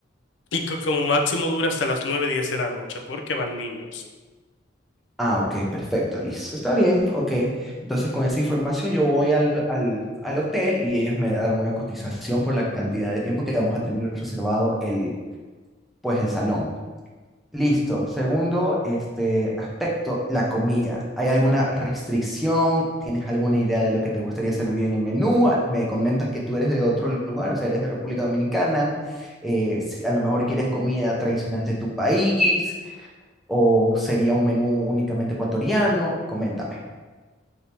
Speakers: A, on the left (about 70°); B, in the centre.
A: y que como máximo dura hasta las 9 10 de la noche, porque van niños.
B: Ah, ok, perfecto, listo. Está bien, ok. Entonces con esa información yo voy al, al, al hotel y ellos me dan una cotización por la cantidad de tiempo que vamos a tener reservado el, pues el salón. Listo. Segundo, este aspecto, la comida. ¿Hay alguna restricción? ¿Tienes alguna idea de lo que te gustaría servir en el menú? A- Me comentas que tú eres de otro lugar, o sea, eres de República Dominicana. Eh, si a lo mejor quieres comida tradicional de tu país o sería un menú únicamente ecuatoriano. Coméntame.